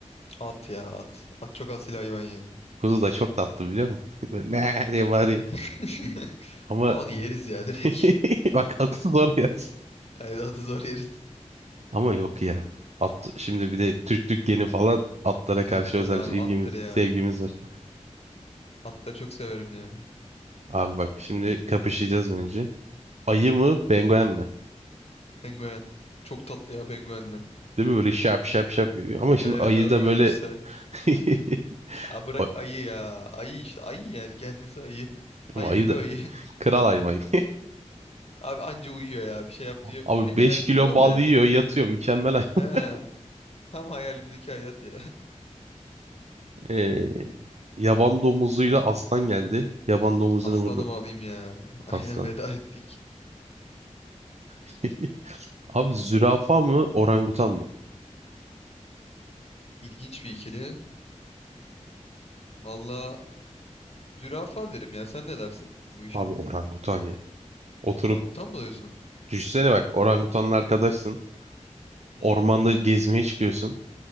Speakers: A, on the left; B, on the right.
A: At ya at. At çok asil hayvan ya.
B: Kuzu da çok tatlı biliyor musun? <laughs> Böyle Ne diye bağırıyor.
A: <laughs>
B: Ama
A: Ama onu yeriz ya direkt.
B: <laughs> bak atı zor yersin.
A: <laughs> Hayır atı zor yeriz.
B: Ama yok ya. At, şimdi bir de Türklük geni falan atlara
A: Tabii
B: karşı
A: canım
B: özel
A: abi
B: ilgimiz,
A: attır ya.
B: sevgimiz var.
A: Atları çok severim ya.
B: Abi bak şimdi kapışacağız bence. Ayı mı, penguen mi?
A: Penguen. Çok tatlı ya penguenler.
B: Değil mi? Böyle şap şap şap yürüyor. Ama şimdi
A: Evet
B: ayı
A: abi
B: da
A: görüntüsel.
B: böyle... <laughs>
A: Abi bırak
B: Ay-
A: ayı ya. Ayı işte ayı yani kendisi ayı.
B: Ama
A: Ayı
B: ayı
A: gibi
B: da
A: ayı. <laughs>
B: kral hayvan.
A: Abi anca uyuyor ya. Bir şey yaptığı yok
B: Abi
A: ki. Penguen
B: 5 kilo
A: kral
B: bal
A: ya.
B: yiyor, yatıyor. Mükemmel hayvan.
A: He. Tam hayalimdeki hayat ya. <laughs>
B: Ee, yaban domuzuyla aslan geldi. Yaban domuzunu
A: Aslanımı
B: burada
A: alayım ya. <laughs> Aynen
B: aslan.
A: veda ettik.
B: <laughs> Abi zürafa mı, orangutan mı?
A: İlginç bir ikili. Valla zürafa derim ya. Sen ne dersin bu işe?
B: Abi orangutan ya. Oturup
A: Orangutan mı diyorsun?
B: düşünsene bak orangutanla arkadaşsın.
A: Hı,
B: Ormanda gezmeye çıkıyorsun.